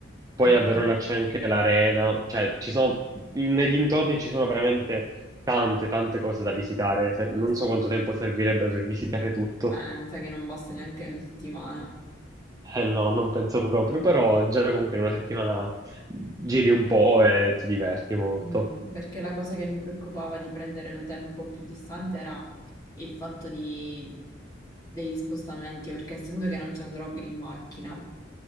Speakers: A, on the right; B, on the left.
A: Poi
B: Perché
A: a Verona c'è anche l'arena, cioè ci sono, nei dintorni ci sono veramente tante, tante cose da visitare. Se-
B: eh,
A: Non so
B: sì.
A: quanto tempo servirebbe per visitare tutto.
B: Eh, mi sa che non basta neanche una settimana.
A: Eh no, non penso proprio, però già comunque in una settimana giri un po' e ti diverti molto.
B: Mm, perché la cosa che mi preoccupava di prendere l'hotel un po' più distante era il fatto di- degli spostamenti, perché essendo che non ci andrò in macchina.